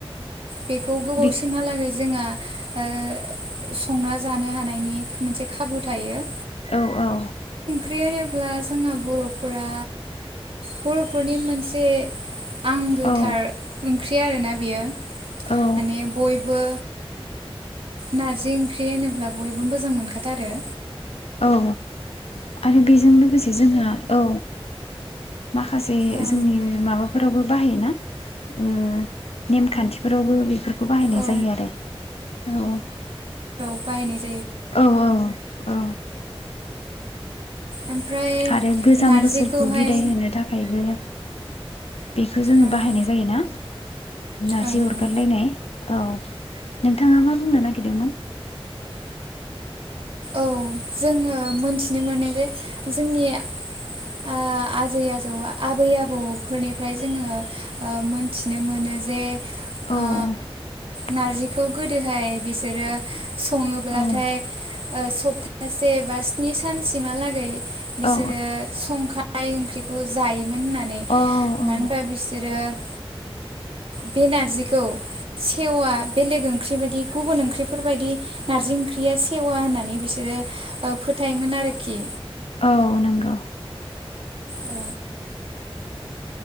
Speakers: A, on the right (about 65°); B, on the left (about 85°).
A: बेखौ गोबावसिमहालागै
B: बि
A: जोंहा ओ संना जानो हानायनि मोनसे खाबु थायो।
B: औ औ
A: जेनेब्ला जोंना बर'फोरा बर'फोरनि मोनसे आं गोथार
B: औ
A: ओं फ्रि आरोना बेयो
B: औ
A: माने बयबो नारजि ओंख्रि होनोब्लाब बयबो मोजां मोनखाथारो।
B: अ आरो बेजों लोगोसे जोंहा औ माखासे
A: औ
B: जोंनि माबाफोरावबो बाहाय ना उम नेमखान्थिफोरावबो बेफोर खौ बाहायनाय
A: औ
B: जायो आरो औ
A: बायनायस
B: औ औ अ अ
A: ओमफ्राय
B: आरो गोजाम
A: नारजिखौहाय
B: बोसोरखौ बिदाय होनो थाखायबो बेखौ‌ जोङो
A: ओं
B: बाहायनाय जायोना नारजि
A: ओं
B: अरगारलायनाय
A: ओं
B: औ नोंथाङा मा बुंनो नागिरदोंमोन?
A: औ जोङो मोनथिनो मोनो जे जोंनि आ आजै आजौआ आबै आबौफोरनिफ्राय जोङो ओ मोनथिनो मोनो जे
B: औ अ
A: ओ नारजिखौ गोदोहाय बिसोरो सङोब्लाथाय
B: औ
A: ओ सप्तास सेबा स्नि सानसिमहालागै बिसोरो
B: औ
A: संखा नाय ओंख्रिखौ जायो। होननानै मानो
B: औ
A: होनबा बिसोरो ओ बे नारजिखौ सेवा बेलेग ओंख्रि बायदि गुबुन ओंख्रिफोरबायदि नारजि ओंख्रिया सेव पवा होननानै बिसोरो ओ फोथायोमोन आरोखि
B: औ नंगौ।
A: औ